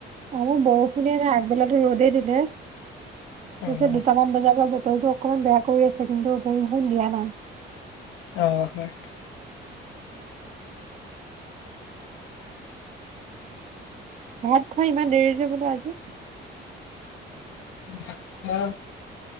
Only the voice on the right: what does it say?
আমাৰ বৰষুণে নাই আগবেলা ৰদেই দিলে তাৰপাছত
দুটামান বজাৰ‌ পৰা বতৰটো অকণমান বেয়া কৰি আছে কিন্তু বৰষুণ দিয়া নাই
ভাত খাই ইমান দেৰি যে বোলো আজি